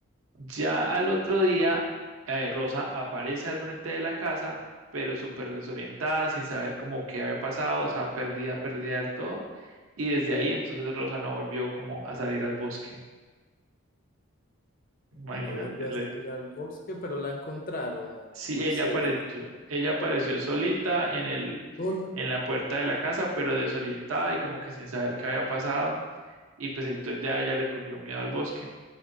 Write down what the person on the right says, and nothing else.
Ya al otro día, eh, Rosa aparece al frente de la casa, pero súper desorientada, sin saber cómo qué había pasado, o sea, perdida, perdida del todo. Y desde ahí entonces Rosa no volvió como a salir al bosque. Imagínate,
le-
sí,
ella
apareció,
ella apareció solita en el,
en la puerta de la casa, pero desorientada y como que sin saber qué había pasado. Y pues entonces ya ella le cogió miedo al bosque.